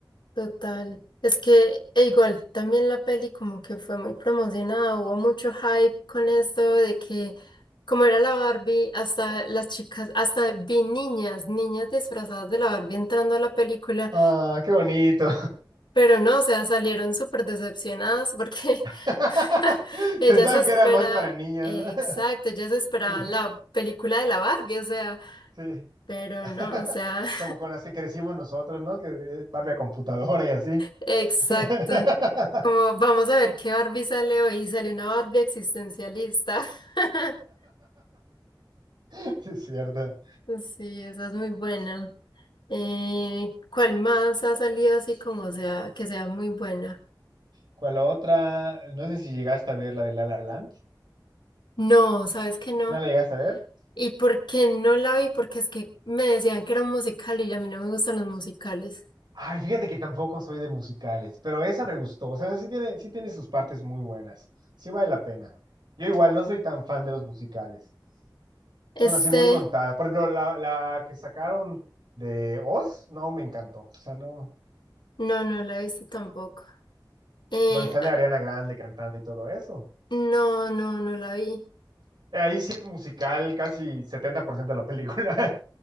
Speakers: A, on the left; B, on the right.
A: Total. Es que e igual también la peli como que fue muy promocionada, hubo mucho hype con esto de que como era la Barbie, hasta las chicas, hasta vi niñas, niñas disfrazadas de la Barbie entrando a la película,
B: Ah, qué bonito.
A: pero no, o sea, salieron súper decepcionadas porque
B: <laughs>
A: <laughs> ellas
B: Pensaban
A: esperan,
B: que era más para niñas,
A: exacto,
B: ¿no? <laughs>
A: ellas esperaban
B: Sí.
A: la película de la Barbie, o sea,
B: Sí.
A: pero
B: <laughs>
A: no, o sea... <laughs>
B: Como con las que crecimos nosotros, ¿no? Que es Barbie a computadora y así.
A: Exacto.
B: <laughs>
A: Como vamos a ver qué Barbie sale hoy. Salió una Barbie existencialista. <laughs>
B: Sí, es cierto.
A: Sí, esa es muy buena. Eh, ¿cuál más ha salido así como sea, que sea muy buena?
B: ¿Cuál otra? No sé si llegaste a ver la de La La Land.
A: No, sabes que no.
B: ¿No la llegaste a ver?
A: ¿Y por qué no la vi? Porque es que me decían que era un musical y a mí no me gustan los musicales.
B: Ay, fíjate que tampoco soy de musicales, pero esa me gustó. O sea, esa sí tiene, sí tiene sus partes muy buenas. Sí vale la pena. Yo igual no soy tan fan de los musicales.
A: Este,
B: Son así muy contadas. Por ejemplo, la, la que sacaron de Oz, no me encantó. O sea, no.
A: no, no la he visto tampoco. Eh,
B: Donde sale
A: ah,
B: Ariana Grande cantando y todo eso.
A: no, no, no la vi.
B: Ahí sí es musical, casi 70% de la película.